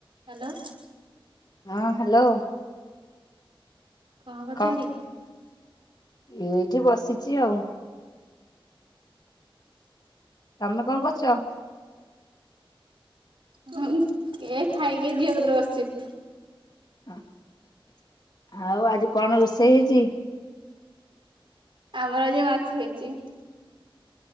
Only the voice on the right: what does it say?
hello
କଣ କରୁଛନ୍ତି?
ମୁଁ ଏ ଖାଇକି ଝିଅ କତିରେ ବସିଛି।
ଆମର ଆଜି ମାଛ ହେଇଛି।